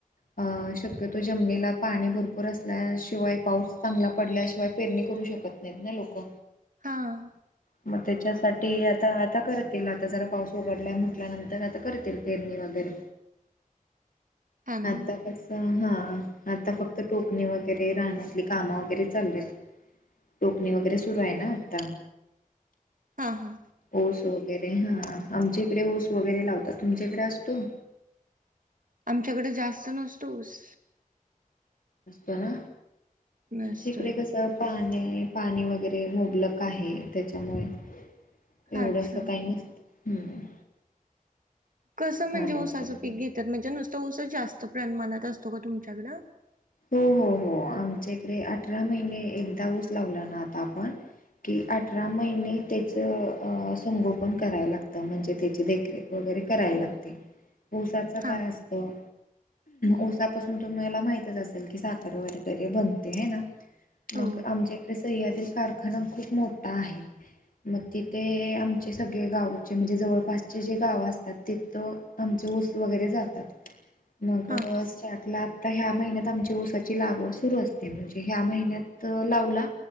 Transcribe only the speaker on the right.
हां
हा ना
हा हा
आमच्याकडे जास्त नसतोस
नसतोय
अच्छा.
कसं म्हणजे
ओसाचं
पीक घेतात म्हणजे नुसतं ओसं जास्त प्रमाणात असतो का तुमच्याकडं
हा
हो
हा